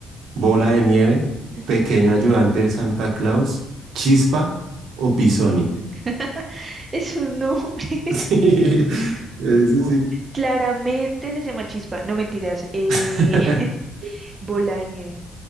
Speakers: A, on the right (about 70°); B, on the right (about 30°).
A: ¿Bola de nieve?
B: ujú.
A: ¿Pequeño ayudante de Santa Claus? ¿Chispa o Pisoni?
B: <laughs>
A: <laughs>
B: Es un nombre.
A: Sí,
B: <laughs>
A: eso ¿no? sí.
B: Claramente se llama chispa. No mentiras. Eh,
A: <laughs>
B: <laughs> bola de nieve.